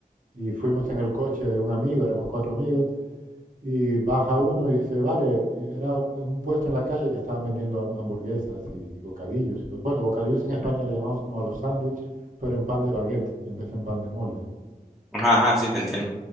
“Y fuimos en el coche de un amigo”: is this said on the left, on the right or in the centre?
Right